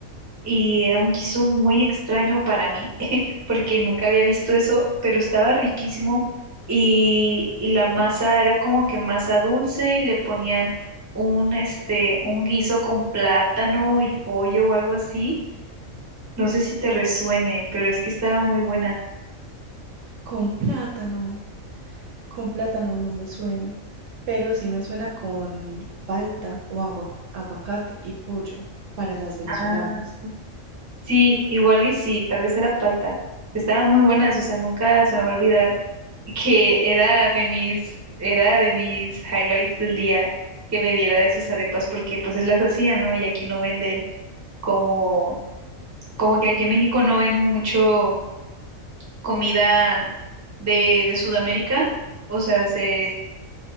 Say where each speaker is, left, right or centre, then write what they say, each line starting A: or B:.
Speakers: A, on the right; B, on the right.
A: y era un guiso muy extraño para mí porque nunca había visto eso, pero estaba riquísimo y, y la masa era como que masa dulce y le ponían un, este, un guiso con plátano y pollo o algo así. No sé si te resuene, pero es que estaba muy buena.
B: con plátano, con plátano no me suena, pero sí me suena con palta o agua- aguacate y pollo para las venezolanas.
A: Ah, sí, igual y sí, tal vez era palta. Estaba muy buena, o sea, nunca se me va a olvidar que era de mis, era de mis highlights del día que me diera de sus arepas porque pues él las hacía, ¿no? Y aquí no venden. como, como que aquí en México no ven mucho comida de, de Sudamérica. O sea, se,